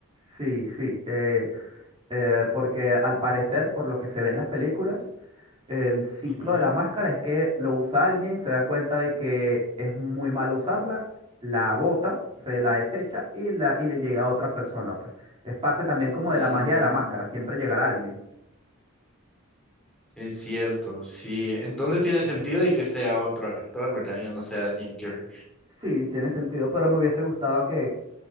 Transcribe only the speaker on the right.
Sí, sí. eh, eh, porque al parecer, por lo que se ve en las películas, el ciclo
de la máscara es que lo usa alguien, se da cuenta de que es muy malo usarla, la bota,
se la desecha y, la, y le llega a otra persona, pues. Es parte también como de
la magia de la máscara, siempre llegar a alguien.
Mm.
Sí, tiene sentido, pero me hubiese gustado que,